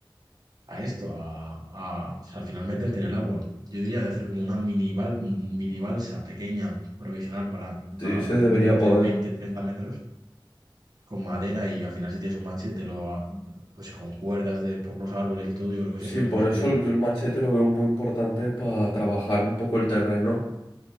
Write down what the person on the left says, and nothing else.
Sí, se debería
poder.
Sí,
por
eso
el el machete lo veo muy importante para trabajar un poco el terreno.